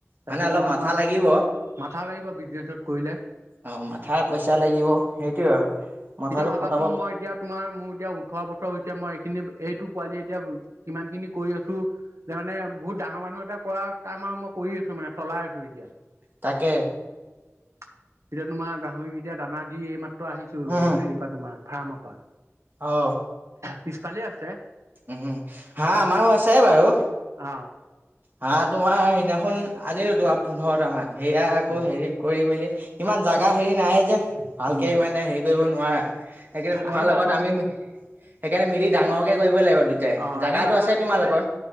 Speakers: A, on the right (about 40°); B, on the right (about 70°).
A: মানে
B: তাছত
A: অলপ
B: মই
A: মাথা
B: তোমাৰ
A: লাগিব
B: মাথা লাগিব বিজনেছত কৰিলে।
A: অ মাথা পইচা লাগিব সেইটোয়ে আৰু। মাথাটো
B: এতিয়া ভাবাচোন
A: খটাব অ
B: মই এতিয়াত তোমাৰ মোৰ এতিয়া ওঠৰ বছৰ হৈছে মই এইখিনি এইটো পোৱালি এতিয়া কিমানখিনি কৰি আছো। যে মানে বহুত ডাঙৰ মানুহ এটা কৰা কাম আৰু মই কৰি আছো মানে চলাই আছো এতিয়া।
A: তাকে।
B: এতিয়া তোমাৰ গাহৰিক এতিয়া দানা দি এই মাত্ৰ আহিছো
A: উম
B: ৰ দি পা তোমাৰ ফাৰ্মৰ পা।
A: অ।
B: পিছফালে আছে।
A: উম হাহ আমাৰো আছে বাৰু।
B: অহ।
A: হাহ তোমাৰ সেইদিনাখন আনিলো তোমাৰ পোন্ধৰটা মান সেয়া আকৌ
B: অ'
A: হেৰি কৰি মেলি ইমান জাগা হেৰি নাই যে ভালকে
B: উম,
A: ইমান এটা হেৰি কৰিব নোৱাৰা। সেইকাৰণে তোমাৰ
B: আহিবা
A: লগত
B: আমাৰ
A: আমি
B: পিছ
A: সেইকাৰণে মিলি ডাঙৰকে কৰিব লাগিব। দু টাই
B: অ
A: জাগাটো
B: আহিবা আমাৰ
A: আছে
B: পিছফালে
A: তোমালোকৰ?